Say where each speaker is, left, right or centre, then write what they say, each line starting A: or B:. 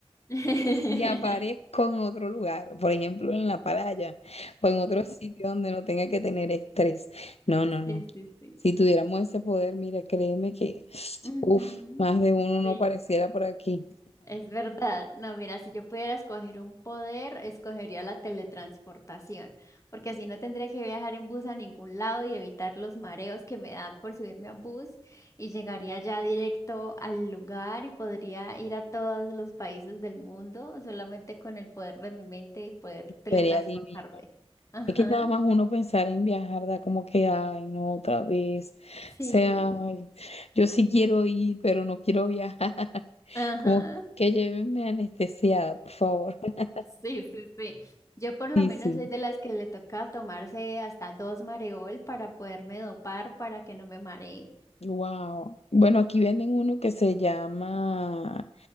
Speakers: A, on the left; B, on the left.
A: <laughs>
B: y aparezco en otro lugar, por ejemplo, en la playa o en otro sitio donde no tenga que tener estrés. No, no, no.
A: Sí, sí, sí.
B: Si tuviéramos ese poder, mira, créeme que,
A: Ujú,
B: uff, más de uno no
A: Sí.
B: pareciera por aquí.
A: Es verdad, no, mira, si yo pudiera escoger un poder, escogería la teletransportación, porque así no tendría que viajar en bus a ningún lado y evitar los mareos que me dan por subirme a bus y llegaría ya directo al lugar y podría ir a todos los países del mundo solamente con el poder de mi mente y poder teletransportarme.
B: Sería divino.
A: Ajá,
B: Es que nada más uno pensar en viajar, da como que, ay, no, otra vez.
A: sí,
B: O sea, ay, yo sí quiero ir, pero no quiero viajar. <laughs>
A: ajá.
B: Como que llévenme anestesiada, por favor. <laughs>
A: Sí, sí, sí. Yo por lo
B: Sí,
A: menos
B: sí.
A: soy de las que le toca tomarse hasta dos mareol para poderme dopar para que no me maree.
B: Wow. Bueno, aquí venden uno que se llama,